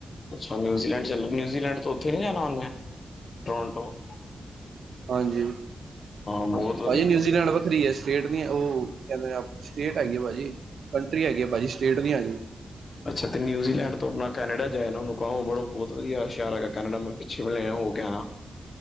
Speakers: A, on the left; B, on the right.
A: ਅੱਛਾ, ਨਿਊਜ਼ੀਲੈਂਡ ਚੱਲ ਨਿਊਜ਼ੀਲੈਂਡ ਤੋਂ ਉੱਥੇ ਨੀ ਜਾਣਾ ਹੁੰਦੇ ਆ ਟੋਰੋਂਟੋ।
B: ਹਾਂਜੀ।
A: ਬਹੁਤ ਵਧੀਆ
B: ਭਾਜੀ ਨਿਊਜ਼ੀਲੈਂਡ ਵੱਖਰੀ ਹੈ। ਸਟੇਟ ਨ ਉਹ ਕਹਿੰਦੇ ਨੇ ਆਪ ਸਟੇਟ ਹੈਗੀ ਆ ਭਾਜੀ। ਕੰਟਰੀ ਹੈਗੀ ਆ ਭਾਜੀ। ਸਟੇਟ ਨੀ ਹੈਗੀ।
A: ਅੱਛਾ ਤੇ ਨਿਊੀਲੈਂਡ ਤੋ ਅਪਨਾ ਕੈਨੇਡਾ। ਇਹ ਨੂੰ ਕਿਹੇ ਉਹ ਬੜ ਬਹੁਤ ਵਧੀਆ ਸ਼ਹਿਰ ਹੈਗਾ ਕੈਨੇਡਾ। ਮੈਂ ਪਿੱਛੇ ਮ ਲ ਹੋ ਗਿਆ ਆਞਾ।